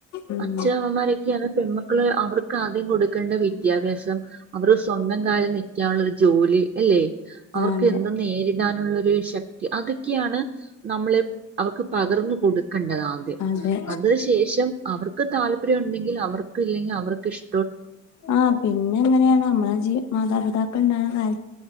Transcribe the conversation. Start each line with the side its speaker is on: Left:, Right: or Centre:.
Left: ഉം
Right: അച്ഛമ്മമാരൊക്കെയ ആ പെൺമക്കള് അവർക്ക് ആദ്യം കൊടുക്കേണ്ട വിദ്യാഭ്യാസം അവർ സ്വന്തം കാലൽ നിക്കാനുള്ള ഒരു ജോലി എല്ലേ? അവർക്ക്
Left: ആഹ് അതെ
Right: എന്തും നേരി ഇടാനുള്ളൊരു ശക്തി അതൊക്കെയാണ് നമ്മള് അവർക്ക് പകർന്ന് കൊടുക് കണ്ടതാ ആദ്യം
Left: അതെ
Right: അതിനു ശേഷം അവർക്ക് താല്പര്യം ഉണ്ടെങ്കിൽ അവർക്ക് ഇല്ലെങ്കിൽ അവർക് ക്ക് ശേ
Left: ആഹ് പിന്നെ എങ്ങനെയാണ് നമ്മളെ ജീ മാതാപിതാക്കൾ ഉണ്ടാവുന്ന കാൽ